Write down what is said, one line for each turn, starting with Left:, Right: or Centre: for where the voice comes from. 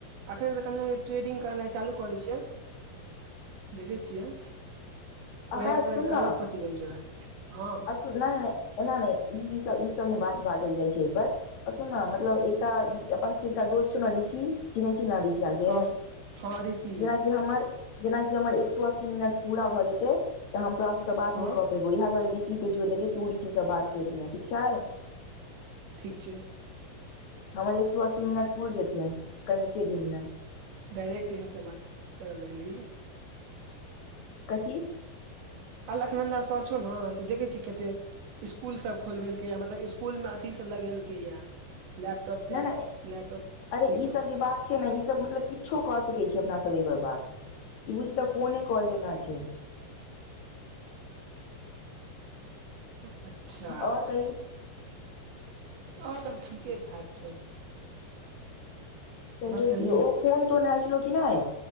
Right: अखन त कनि मनि ट्रेडिंग करनाइ चालू करै छियै देखै छिय
Left: आहा
Right: उएह
Left: सुन
Right: करोड़पति
Left: न
Right: बनि जेबै ह
Left: आ नहि ए नहि सब बात बाजल जाइ छै एहि पर सुन ने मतलब एकटा अपन एकटा दोस्त छौ ने ऋष चिह चिन् आड छी आजेना
Right: हँ हँ ऋषि
Left: हमर जेनाकि हमर एक सए अस्सी मिनट पूरा भए जेते त हम तोरा सब बा
Right: हँ
Left: ह ऋष के जोड़िेलियै तू ऋषि से बात करैत रह ठीक छ
Right: ठीक छ
Left: हमर एक सए अस्सी मिनट पुर जेते है कनिके दिन म
Right: डायरेक्ट यहाँ से बात करऽ लगल
Left: कथ
Right: अलकनन्दा सर छौ ने से देखै छीिय कत स्कूल सब खोलबेलक यए मतलब स्कूल मे अथी सब लगेलके य लैपटप
Left: नहि नहि
Right: लैपटॉप
Left: अरे
Right: ई स
Left: सब जे बात छै ने ई सब मतलब किछो कऽ सकैत छीिय अपना सब एहिपर बात ई बुझिय तऽ फोने कॉल जकाँ छ
Right: अच्छा
Left: आओर कही
Right: आओर सब ठीके ठाक छ
Left: से
Right: बस कनि
Left: क ओ फोन तोन आयल छलो कि नहि